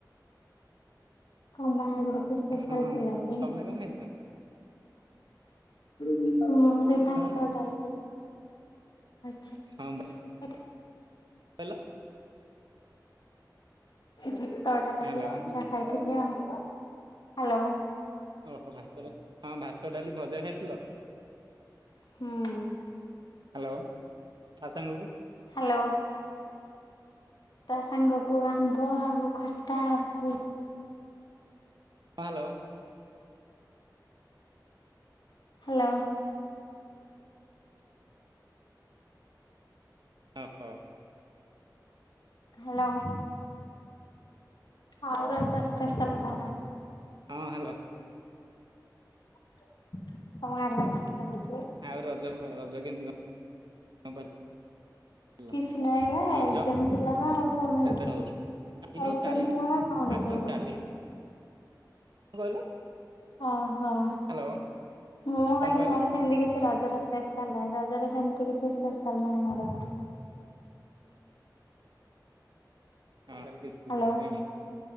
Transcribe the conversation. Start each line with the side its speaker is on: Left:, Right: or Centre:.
Left: ତମର ଆଜି କିଛି ସ୍ପେଶାଲ
Right: ହଁ
Left: ଥିଲା କି?
Right: ତମେ କଁ ଖାଇଚ?
Left: ମୁଁ ସେଇ ଭାତ,
Right: ହଁ
Left: ଡାଲି ଆଚ୍ଛା।
Right: ହଁ।
Left: ସେ
Right: କହିଲ
Left: ତ ଟା କାଲି
Right: ହ୍ୟାଲୋ
Left: ପିଜା ଖାଇଥିଲି ଆଉ, ହାଲୋ।
Right: ଓହୋ ଭାତଟା ହଁ ଭାତ, ଡାଲି, ଭଜା ଖାଇଥିଲ?
Left: ହୁଁ।
Right: ହାଲୋ ଆଉ ସାଙ୍ଗକୁ?
Left: ହାଲୋ। ତା ସାଙ୍ଗକୁ ଆମ୍ବ ଆଉ ଖଟା ଆଉ
Right: ହଁ, ହାଲୋ।
Left: ହ୍ୟାଲୋ
Right: ଓ ହୋ
Left: ହ୍ୟାଲୋ ହଉ ରଜା ସ୍ପେଶାଲ କଣ ଅଛି?
Right: ହଁ ହ୍ୟାଲୋ
Left: ତମ ଗାଁ ରେ ବା ନାଚ ହଉଛି।
Right: ଆଉ ରଜ କଣ ରଜ କେମିତି କଣ କଣ। ପାଳିଲ
Left: କିଛି ନାହିଁ ବା
Right: ରଜ
Left: ଏକ୍ଜାମ ଥିଲା ବା ଆଉ କଣ ହେଲା
Right: ହଉଛି ଆଜି
Left: ଏକ୍ସାମ
Right: ନୁହଁ କାଲି ହବ
Left: ଥିଲା ବା କଣ
Right: ଆଜି
Left: ଯା
Right: ନୁହଁ କାଲି ହବ କହିଲ
Left: ହଁ ହଁ
Right: ହ୍ୟାଲୋ
Left: ମୁଁ କହଲି
Right: କଣ କହିଲ
Left: ମୋର ସେମିତି କିଛି ରଜର ସ୍ପେଶାଲ ନାହିଁ ରଜର ସେମିତି କିଛି ସ୍ପେଶାଲ ନାହିଁ ମୋର
Right: ହଁ ତଲ <inaudible> କେସିବିନି
Left: ହ୍ୟାଲୋ
Right: ନ ନାଇଁ